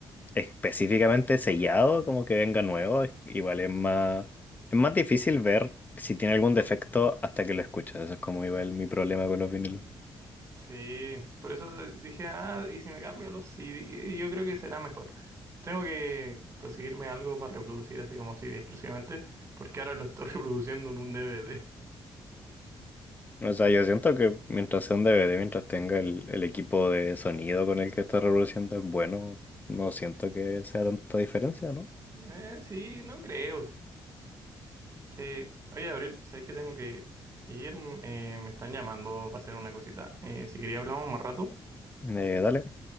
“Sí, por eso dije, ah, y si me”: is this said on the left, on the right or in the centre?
Right